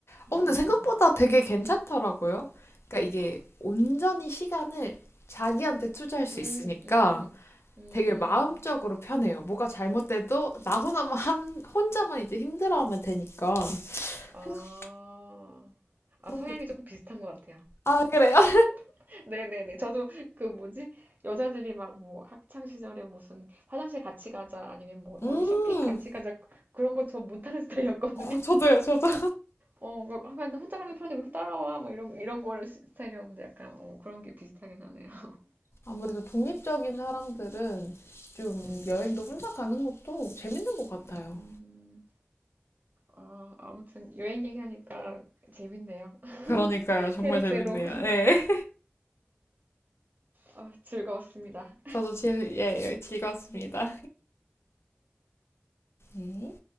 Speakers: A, on the left; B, on the right.
A: 어,
B: 음.
A: 근데 생각보다 되게 괜찮더라고요. 그러니까 이게 온전히 시간을 자기한테 투자할 수
B: 음,
A: 있으니까.
B: 음, 음.
A: 되게 마음적으로 편해요. 뭐가 잘못돼도 나 혼자만 한 혼자만 이제 힘들어하면 되니까
B: 아,
A: 생각
B: 아,
A: 그런
B: 성향이
A: 게.
B: 조금 비슷한 것 같아요.
A: 아 그래요? <laughs>
B: <laughs> 네네네. 저도 그 뭐지? 여자들이 막 뭐 학창 시절에 무슨 화장실 같이 가자 아니면 뭐
A: 음,
B: 어디 쇼핑 같이 가자 그런 거 저 못하는 <laughs> 스타일이었거든요.
A: 어, 저도요, 저도.
B: 어, 막, 아, 근데 혼자 가는 게 편한데 왜 이렇게 따라와? 뭐 이런, 이런 거를 시- 스타일이었는데 약간 어, 그런 게 비슷하긴 하네요. <laughs>
A: 아무래도 독립적인 사람들은 좀
B: 네.
A: 여행도 혼자 가는 것도 재밌는 것 같아요.
B: 음, 아, 아무튼 여행 얘기하니까 재밌네요. <laughs>
A: 그러니까요. 정말
B: 새록새록
A: 재밌네요.
B: <laughs>
A: 네.
B: 아, 즐거웠습니다.
A: 저도 지, 예, 즐거웠습니다. 네.